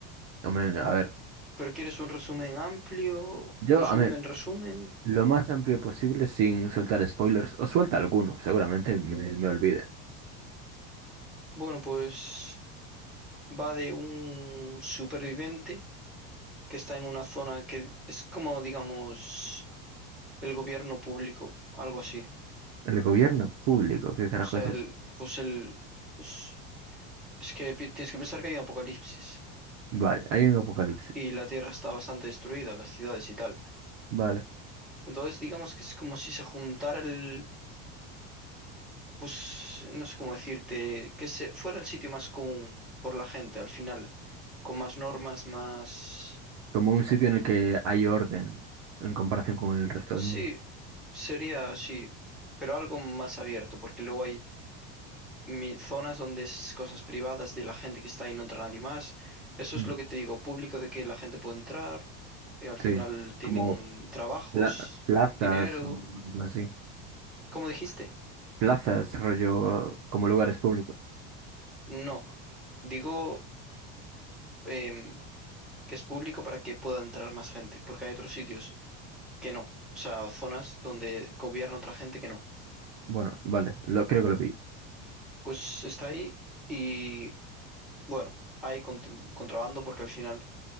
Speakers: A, on the right; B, in the centre.
A: hombre, a ver.
B: pero ¿quieres un resumen amplio?
A: Yo,
B: Resumen,
A: a mí,
B: resumen.
A: Lo más amplio posible sin soltar spoilers, o suelta alguno, seguramente me, me olvide.
B: Bueno, pues va de un superviviente que está en una zona que es como, digamos, el gobierno público, algo así.
A: El gobierno público, ¿qué carajo
B: O sea,
A: es eso?
B: el, pues el, pues es que pi- tienes que pensar que hay un apocalipsis
A: Vale, hay un apocalipsis.
B: y la Tierra está bastante destruida, las ciudades y tal.
A: Vale.
B: Entonces, digamos que es como si se juntara el, pues no sé cómo decirte, que se fuera el sitio más común por la gente al final, con más normas, más,
A: Como un sitio en el que hay orden en comparación con el resto
B: sí,
A: del mundo.
B: sería así, pero algo más abierto, porque luego hay mi, zonas donde es cosas privadas de la gente que está ahí, no entra nadie más. Eso
A: Mm,
B: es lo que te digo, público de que la gente puede entrar, eh, al final
A: Sí,
B: tienen
A: como
B: trabajos,
A: pla- plazas
B: dinero.
A: o algo así.
B: ¿Cómo dijiste?
A: Plazas, rollo, como lugares públicos.
B: No, digo em, que es público para que pueda entrar más gente, porque hay otros sitios que no, o sea, zonas donde gobierna otra gente que no.
A: Bueno, vale, lo, creo que lo pillo. <laughs>
B: Pues está ahí y bueno, hay cont- contrabando porque al final